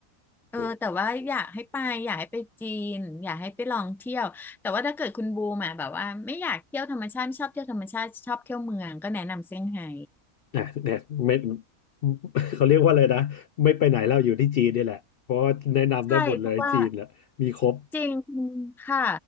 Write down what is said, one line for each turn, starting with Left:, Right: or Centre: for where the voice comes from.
Centre: เออแต่ว่าอยากให้ไปอยากให้ไปจีนอยากให้ไปลองเที่ยวแต่ว่าถ้าเกิดคุณบูมาแบบว่าไม่อยากเที่ยวธรรมชาติไม่ชอบเที่ยวธรรมชาติชอบเที่ยวเมืองก็แนะนำเซี่ยงไฮ้
Left: โอ้นะเนี่ยไม่ <laughs> เขาเรียกว่าอะไรนะไม่ไปไหนเราอยู่ที่จีนนี่แหละเพราะว่าแนะนำได้หมดเลยจีนแหละมีครบ
Centre: ใช่เพราะว่า จริงค่ะ